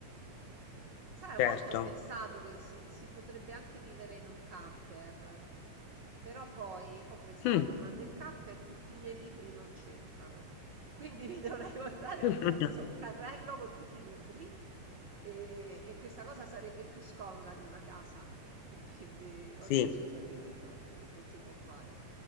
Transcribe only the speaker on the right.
Sai, a
volte ho pensato che si, si potrebbe anche vivere in un camper, però poi ho pensato,
ma nel camper tutti i miei libri non c'entrano, quindi mi <laughs> dovrei portare
appresso un carrello con tutti i libri e, e questa cosa sarebbe più scomoda di una casa. E quindi ho
deciso che no, non si può fare.